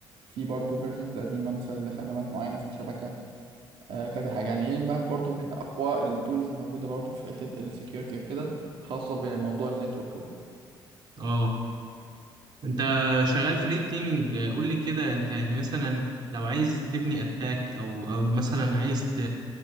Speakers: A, on the right; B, on the right.
A: في برضه فيرجنز قديمه مثلا لخدمات معينه في الشبكه آه كذا حاجه يعني ايه بقى برضه من اقوى التولز الموجوده برضه في حته السكيورتي وكده خاصه بموضوع النتورك وكده
B: أه أنت شغال فريد تيمينج قول لي كده أنت يعني مثلا لو عايز تبني أتاك أو أو مثلا عايز ت...